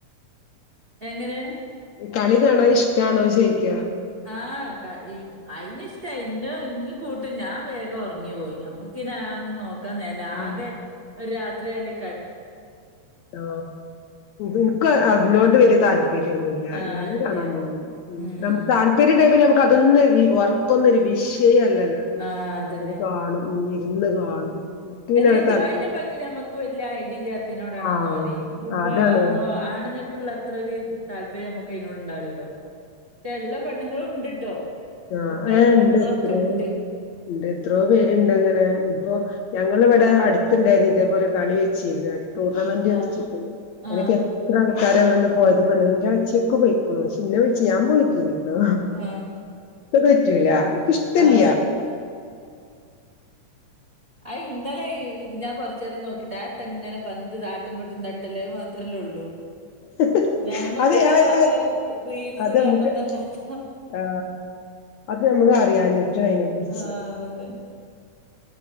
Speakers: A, on the right (about 20°); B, on the left (about 70°).
A: എങ്ങനെ?
B: കളി കാണാൻ ഇഷ്ടാണോ ചോയ്ക്ക?
A: ആഹ അയിനിഷ്ട ഇന്നിം കൂട്ടും ഞാൻ വേഗം ഉറങ്ങി പോയി നമ്മക്ക് ന്ന് നോക്കാൻ നേരല്ല,
B: ആഹ്
A: ആകെ ഒരു- രാത്രിയാല-
B: ആ.. എനിക്ക് അതിനോട് വല്യ- താല്പര്യം - യൊന്നുല്ല,
A: ആ
B: ഞാന് അത്
A: ഇല്ല്യ
B: കാണാ- പോക്ക്..
A: ഉം
B: താല്പര്യം ഇല്ലെകിൽ - തൊന്നൊരു, ഉറക്കൊുന്നൊരു- വിഷയ അല്ലല്ലോടോ
A: ആ അതന്നെ
B: അത് കാണും. ഉം ഇരുന്ന് കാണും. എനിക്ക് പിന്നെ
A: അതിനറ്റ..
B: അങ്ങനെ താല്പര്യം
A: അതിനെപ്പറ്റി നമ്മുക്ക്- വലിയ ആയടിയില്ലാത്ത. തിനോടണ
B: ആഹ്
A: ഒന്നാ മതി.. ഫുട്ബോൾ,
B: അതാണ്
A: ആണുൾക്കുള്ള അത്ര ഒരു താല്പര്യം- നമുക്ക് അതിനോട്ണ്ടാവില്ലല്ലോ. ഇള്ള പണ്ണുങ്ങളും ഉണ്ട്! ട്ടോ
B: ആഹ
A: കുട്ടികളും
B: ഇണ്ട്,
A: പെണ്ണുങ്ങളൊക്കെ
B: എത്രയോ
A: ഉണ്ട്
B: ഉണ്ട് എത്രയോ പേരുണ്ട് അങ്ങനെ- ഇപ്പോ. ഞങ്ങളിവിടെ അടുത്തുണ്ടായിരുന്നു ഇതേപോലെ കളി വെച്ചിരുന്നര്. ടൂർണമെന്റ്
A: ആ
B: വെച്ചിട്ട്
A: ആ
B: എനക്ക് എത്ര- ആക്കാരാ അവടവന്ന് പോയത്, പെണ്ണുന്റെ അച്ച്ചയൊക്കെ പോയിക്കണു, പക്ഷെ ഇന്നെ വിളിച് ഞാൻ പോയിട്ടില്ലട്ടോ.
A: ആ
B: ഇത് പറ്റൂല.. എനക്ക് ഇഷ്ട്ടല്ല്യയാ.
A: ആ ആ ഇന്നലെ ഞാൻ കൊറച്ച നേരം നോക്കിട്ട് ആത്തെങ്ങനെ പന്ത് നാട്ടും കൊട്ടും തട്ടല്ലേ അത് മാത്രമല്ലേ ഉള്ളൂ
B: ഹ്ഹ്
A: ഞമ്മക്കിള്ളടാ
B: അത് അഹ്
A: കൊറേ
B: അഹ്
A: റീൽസ്
B: അത്
A: കാണണംന്നല്ലാത്ത.
B: മ്മക്ക് ആ അത് അറിയഞ്ഞിട്ട് അതിനെ കുറിച്ച്
A: ആ അതന്നെ.